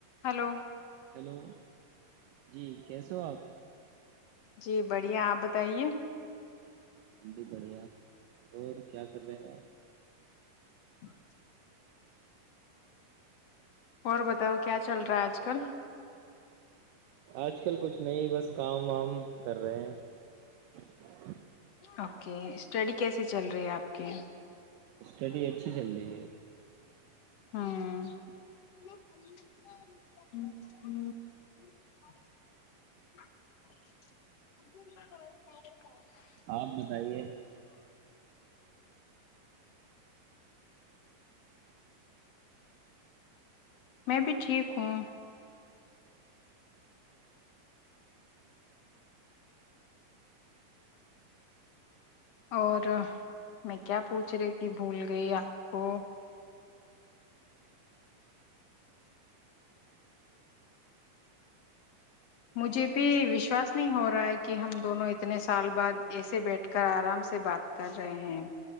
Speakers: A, on the left (about 65°); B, on the right (about 75°).
A: ہلو
B: ہیلو جی کیسےو ہو آپ
A: جی بڑھیا آپ بتائیے
B: بھی بڑھیا اور کیا کر رہے ہو آپ
A: ہ اور بتاؤ کیا چل رہا ہے آج کل
B: آج کل کچھ نہیں بس کام وام کر رہے ہیں ڈگعگر
A: اوکے اسٹڈی کیسے چل رہی ہے آپ اوکے
B: اسٹڈی اچھی چل رہی ہے ج
A: ہوں ہوں ہوں
B: آپ بتائیے
A: میں بھی ٹھیک ہوں اور میں کیا پوچھ رہی کہ بھول گئی آپ کو مجھے بھی وشواس نہیں ہو رہا ہے کہ ہم دونوں اتنے سال بعد ایسے بیٹھ کر آرام سے بات کر رہے ہیں